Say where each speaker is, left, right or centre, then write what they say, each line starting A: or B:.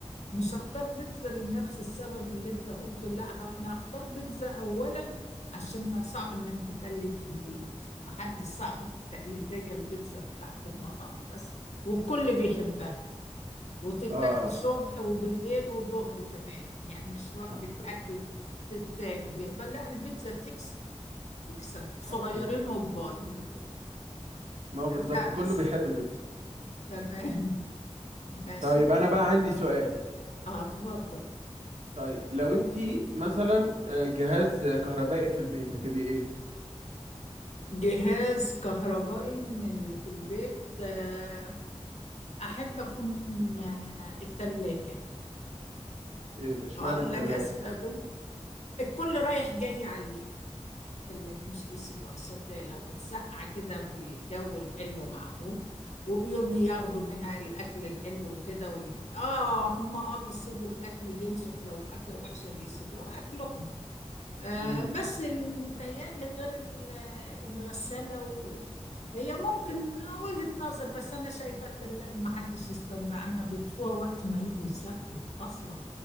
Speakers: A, on the left (about 80°); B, on the right (about 80°).
A: مش هختار بيتزا لنفس السبب اللي انت قلته لا ه- انا هختار بيتزا اولا عشان ما صعب انها تتقلد في البيت ما حد صعب التقليد هي البيتزا بتاعت المطعم بس والكل بيحبها وتتاكل
B: اه
A: صبح وبالليل وظهر كمان يعني مش وجبة
B: حرفيا
A: اكل تتاكل بل لا البيتزا تكسب تكسب صغيرين
B: حرفيا
A: وكبار يجيبوها
B: ما هو بالظبط
A: ده
B: كله
A: بس
B: بيحب البيتزا
A: تمام <laughs> ماشي
B: طيب انا بقى عندي سؤال
A: اتفضل
B: طيب لو انت مثلا آه، جهاز كهربائي في البيت هتبقي ايه
A: جهاز كهربائي من اللي في البيت آه، أحب أكون آه، التلاجة
B: ايه ده اشمعنى
A: أقول
B: التلاجة
A: لك أسبابي الكل رايح جاي عليها التلاجة مش بيسيبوها شغالة وبتسقع كده في الجو الحلو معقول وبيجي ياخدوا منها الأكل الحلو كده وي... آه هم آه بيسيبوا الأكل ينشف لو أكلة وحشة بيسيبوها أكلهم آه
B: امم
A: بس متهيألي غير ال- الغسالة و... هي ممكن وجهة نظر بس أنا شايفة التلاجة ما حدش يستغنى عنها بيطفوها وقت ما يجوا يسافروا أصلا